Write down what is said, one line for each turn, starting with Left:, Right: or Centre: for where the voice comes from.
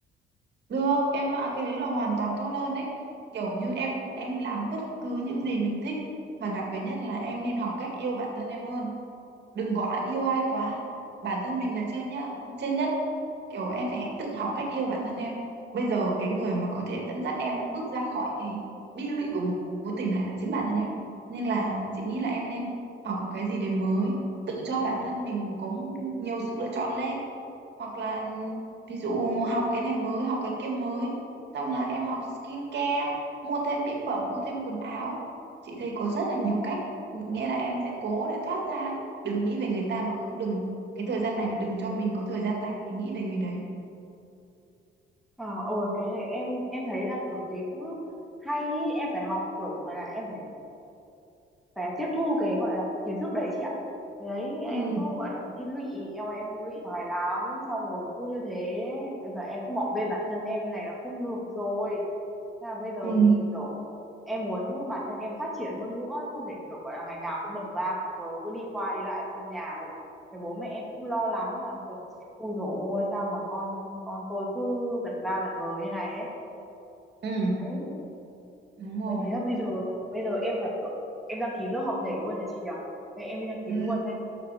Right: Được, em ạ, cái đấy là hoàn toàn tốt hơn đấy. Kiểu như em em làm bất cứ những gì mình thích và đặc biệt nhất là em nên học cách yêu bản thân em hơn. Đừng quá yêu ai quá. Bản thân mình là trên nhá, trên nhất. Kiểu em phải tự học cách yêu bản thân em. Bây giờ cái người mà có thể dẫn dắt em bước ra khỏi cái bi lụy của một mối tình này là chính bản thân em. Nên là chị nghĩ là em nên học một cái gì đấy mới, tự cho bản thân mình có nhiều sự lựa chọn lên hoặc là ví dụ học cái này mới học cái kia mới xong là em học skincare mua thêm mỹ phẩm mua thêm quần áo chị thấy có rất là nhiều cách nghĩa là em sẽ cố để thoát ra đừng nghĩ về người ta và cũng đừng cái thời gian này đừng cho mình có thời gian rảnh để nghĩ về người đấy
Centre: ờ ôi cái này em em thấy là kiểu thế cũng hay ý. em phải học kiểu gọi là em phải phải tiếp thu cái gọi là cái kiến thức đấy chị ạ Thế đấy
Right: ừ
Centre: em cứ gọi là bị lụy em em lụy thói lắm xong rồi cứ như thế và em cứ bỏ bê bản thân em như này là không được rồi Thế là bây giờ
Right: ừ
Centre: thì kiểu em muốn bản thân em phát triển hơn nữa không thể kiểu gọi là ngày nào cũng vật va vật vờ cứ đi qua đi lại ở trong nhà được thì bố mẹ em cũng lo lắng là kiểu ôi dồi ôi sao mà con con tôi cứ vật va vật vờ như này ấy
Right: ừ
Centre: đấy
Right: đúng rồi
Centre: và thế là bây giờ bây giờ em phải kiểu, em đăng ký lớp học nhảy luôn là chị nhỉ? Thế em đi đăng ký
Right: ừ
Centre: luôn đây,